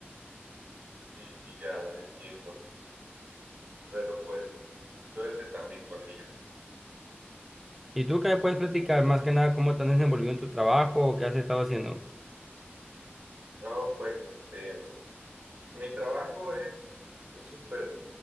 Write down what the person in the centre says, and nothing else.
¿Y tú qué me puedes platicar más que nada cómo te has desenvolvido en tu trabajo o qué has estado haciendo?